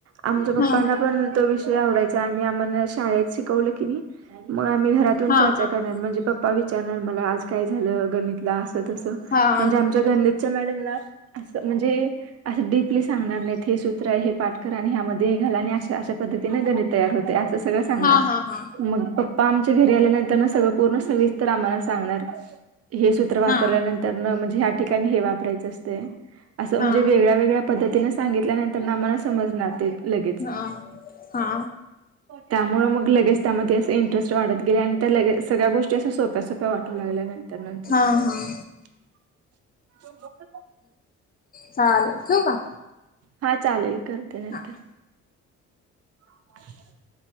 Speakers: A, on the right; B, on the left.
A: आमच्या पप्पांना
B: हा
A: पण तो विषय आवडाय चा आणि आम्हाना शाळेत शिकवलं की नाही मग आम्ही घरातून
B: हा
A: चर्चा
B: हा
A: करणार म्हणजे पापा विचा <unintelligible> मला आज काय झालं गणितला असं तसं
B: हा
A: म्हणजे आमच्या गणितच्या मॅडमला असं म्हणजे असं डीपली सांगणार नाहीत हे सूत्र आहे हे पाठ करा आणि ह्यामध्ये हे घाल आणि अशा पद्धतीने गणित तयार होते असं सगळं सांगणार,
B: हा हा हा
A: मग पप्पा आमच्या घरी आल्यानंतर सगळं पूर्ण सविस्तर आम्हाला सांगणार हे सूत्र वापरल्यानं
B: हा
A: तर म्हणजे ह्या ठिकाणी हे वापरायचं असतय, असं
B: हा
A: म्हणजे वेगळ्या वेगळ्या पद्धतीने सांगितल्या नंतर न आम्हला समजणार ते लगेच.
B: हा हा
A: त्यामुळे मग लगेच त्यामध्ये असे इंटरेस्ट वाढत गेले आणि त्या लगेच सगळ्या गोष्टी असं सोप सोप्या वाटू लागल्या नंतर नंतर.
B: हा हां.
A: <unintelligible>
B: चाले ठेवू का?
A: हा चालेल करते नंतर.
B: हा.
A: <inaudible>